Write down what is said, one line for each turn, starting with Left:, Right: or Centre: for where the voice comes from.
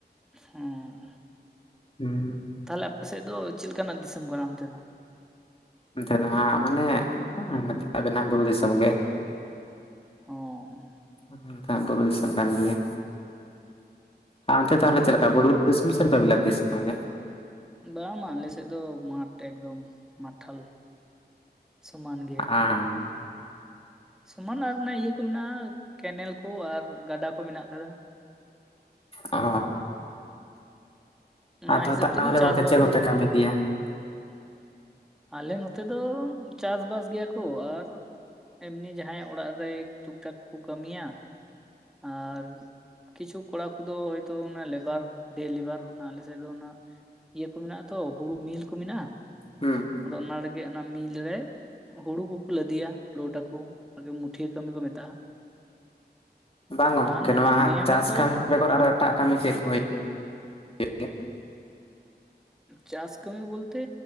Centre: ᱦᱮᱸ
Left: ᱦᱩᱸ᱾
Centre: ᱛᱟᱦᱚᱞᱮ ᱟᱯᱮ ᱥᱮᱜ ᱫᱚ ᱪᱮᱞ ᱠᱟᱱᱟᱜ ᱫᱤᱥᱚᱢ ᱠᱟᱱᱟ ᱚᱱᱛᱮ ᱫᱚ?
Left: ᱱᱚᱛᱮ ᱫᱚ ᱱᱟᱜ ᱢᱟᱱᱮ <unintelligible> ᱵᱩᱨᱩ ᱫᱤᱥᱚᱢ ᱜᱮ᱾
Centre: ᱚᱸ᱾
Left: ᱩᱸ ᱱᱚᱛᱮ ᱦᱚ ᱵᱩᱨᱩ ᱫᱤᱥᱚᱢ ᱠᱟᱱ ᱜᱮᱭᱟ, ᱟ ᱚᱱᱛᱮ ᱛᱟᱦᱚᱞᱮ ᱪᱮᱞᱠᱟ ᱵᱩᱨᱩ ᱥᱚᱢ ᱥᱮ ᱚᱝᱠᱟ ᱵᱤᱞᱟᱛ ᱫᱤᱥ ᱚᱢ ᱠᱟᱱ ᱜᱮ᱾
Centre: ᱵᱟᱝ ᱢᱟ ᱟᱞᱮ ᱥᱮᱫ ᱫᱚ ᱢᱟᱴ ᱮᱠᱫᱚᱢ ᱢᱟᱴᱷᱟᱞ ᱥᱚᱢᱟᱱ ᱜᱮ᱾
Left: ᱟᱻ
Centre: ᱥᱚᱢᱟᱱ ᱟᱨ ᱚᱱᱟ ᱤᱭᱟᱹ ᱠᱚ ᱢᱮᱱᱟᱜᱼᱟ ᱠᱮᱱᱮᱞ ᱠᱚ ᱟᱨ ᱜᱟᱰᱟ ᱠᱚ ᱢᱮᱱᱟᱜ ᱠᱟᱫᱟ᱾
Left: ᱚ᱾
Centre: ᱚᱱᱟ
Left: ᱟᱫᱚ
Centre: ᱦᱤᱥᱟᱹᱵ
Left: ᱛᱟᱦᱚᱞᱮ
Centre: ᱛᱮᱜᱮ ᱪᱟᱥᱵᱟᱥ
Left: ᱜᱚᱝᱠᱮ ᱪᱮᱜ ᱠᱚᱯᱮ
Centre: ᱫᱚ ᱦᱩᱭᱩᱜ
Left: ᱠᱟᱹᱢᱤ ᱜᱮᱭᱟ?
Centre: ᱟᱞᱮ ᱱᱚᱛᱮ ᱫᱚ ᱪᱟᱥᱼᱵᱟᱥ ᱜᱮᱭᱟ ᱠᱚ ᱟᱨ ᱮᱢᱱᱤ ᱡᱟᱦᱟᱸᱭᱟᱜ ᱚᱲᱟᱜ ᱨᱮ ᱴᱩᱠᱼᱴᱟᱠ ᱠᱚ ᱠᱟᱹᱢᱤᱭᱟ᱾ ᱟᱨ ᱠᱤᱪᱷᱩ ᱠᱚᱲᱟ ᱠᱩᱫᱚ ᱦᱚᱭᱛᱳ ᱚᱱᱟ ᱞᱮᱵᱟᱨ ᱰᱮ ᱞᱮᱵᱟᱨ ᱚᱱᱟ ᱟᱞᱮ ᱥᱮᱜ ᱫᱚ ᱚᱱᱟ ᱤᱭᱟᱹ ᱠᱚ ᱢᱮᱱᱟᱜᱼᱟ ᱛᱚ ᱦᱩᱲᱩ ᱢᱤᱞ ᱠᱚ ᱢᱮᱱᱟᱜᱼᱟ᱾
Left: ᱦᱩᱸ᱾
Centre: ᱟᱫᱚ ᱚᱱᱟ ᱲᱮᱜᱮ ᱚᱱᱟ ᱢᱤᱞ ᱲᱮ ᱦᱩᱲᱩ ᱠᱩᱠᱩ ᱞᱟᱹᱫᱤᱭᱟ ᱞᱳᱴ ᱟᱠᱩ᱾ ᱟᱜᱮ ᱢᱩᱴᱷᱤᱭᱟᱹ ᱠᱟᱹᱢᱤ ᱠᱚ ᱢᱮᱛᱟᱜᱼᱟ᱾
Left: ᱵᱟᱝ ᱜᱚᱢᱠᱮ
Centre: ᱟᱨ
Left: ᱱᱚᱣᱟ
Centre: ᱱᱮ
Left: ᱪᱟᱥ
Centre: ᱦᱚᱲ ᱫᱚ
Left: ᱠᱟᱹᱢᱤ ᱵᱮᱜᱚᱨ ᱟᱨ ᱮᱴᱟᱜ ᱠᱟᱹᱢᱤ ᱪᱮᱫ ᱠᱚ ᱦᱩᱭᱩᱜ ᱜᱮᱭᱟ?
Centre: ᱪᱟᱥ ᱠᱟᱹᱢᱤ ᱵᱚᱞᱛᱮ